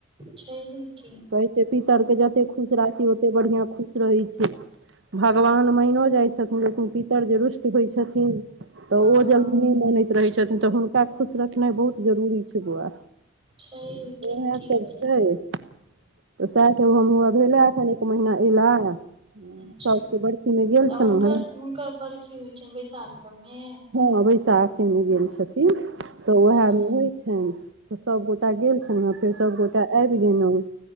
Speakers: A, on the right; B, on the right.
A: छैहे की
B: कहै छै पितरके जतेक खुश राखी ओते बढ़िआँ खुश रहय छै भगवान मानियो जाइ छथिन लेकिन पितर जे रुष्ट होइ छथिन तऽ
A: हँ
B: ओ
A: हँ
B: जल्दी नहि लनैत रहयत छथिन तऽ हुनका खुश रख नाय बहुत जरूरी छै बौआ
A: छैहे की
B: उएह
A: की
B: सब
A: करबै
B: छै तऽ सएह सभ हम भेला एखन एक महिना एला साउस
A: अच्छा
B: के बड़खि मे गेल
A: तऽ हुनकर
B: छलौं
A: हुनकर बरखी होइ छनि बैशाख सबमे
B: हँ बैशाखेमे गेल छथिन तऽ
A: हँ
B: उएहमे होइ छनि सभ गोटा गेल छलौं फेर सबगोटा आबि गेलहुँ